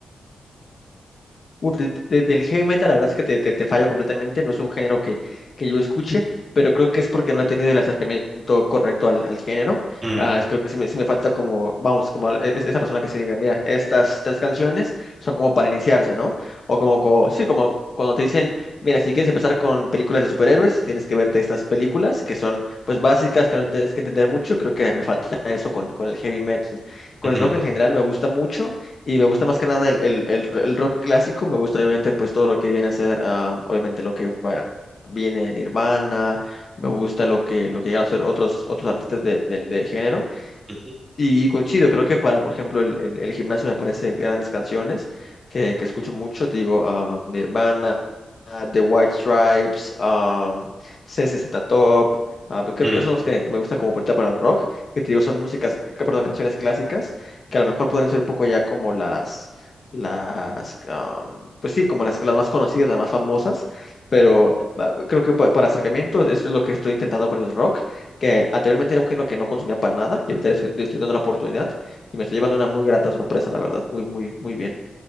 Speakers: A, on the left; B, on the right.
A: Uf, de- de- del heavy metal, la verdad es que te, te- te fallo completamente, no es un género que, que yo escuche, pero creo que es porque no he tenido el acercamiento correcto al, al género.
B: Mm,
A: Ah, es- creo que sí me, sí me falta como, vamos, como al- es- esa persona que se diga, mira, estas tres canciones son como para iniciarse, ¿no? O como, co- sí, como cuando te dicen, mira, si quieres empezar con películas de superhéroes, tienes que verte estas películas que son, pues, básicas, que no tienes que entender mucho. Creo que me falta eso con, con el heavy metal. Con
B: ujú,
A: el rock en general me gusta mucho. Y me gusta más que nada el, el- el- el rock clásico, me gusta obviamente pues todo lo que viene a ser, ah, obviamente lo que va- viene en Nirvana, me gusta lo que, lo que llegan a ser otros, otros artistas de- del del género.
B: ujú,
A: Y, y coincido, creo que para, por ejemplo, el, el, el gimnasio me parece grandes canciones que, que escucho mucho, te digo, ah, Nirvana, ah, The White Stripes, um, ZZ Top, ah, creo
B: mm.
A: que esos son los que me gusta como puerta para el rock, que te digo, son músicas, que- perdón, canciones clásicas, que a lo mejor podrían ser un poco ya como las, las, am, pues sí, como las, las más conocidas, las más famosas, pero ah, creo que pa- para acercamientos es lo que estoy intentando con el rock que anteriormente era un género que no consumía para nada y ahorita le estoy, le estoy dando la oportunidad y me estoy llevando una muy grata sorpresa, la verdad, muy, muy, muy bien.